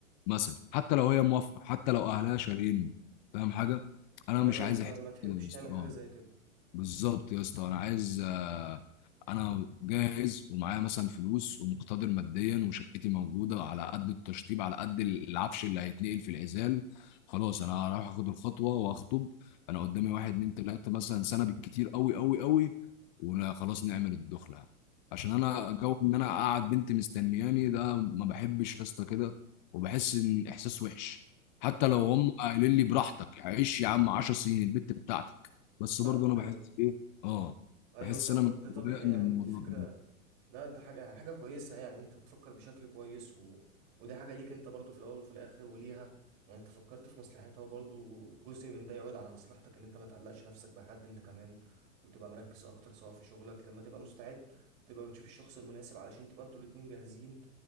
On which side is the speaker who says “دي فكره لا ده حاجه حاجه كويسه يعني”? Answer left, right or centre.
Right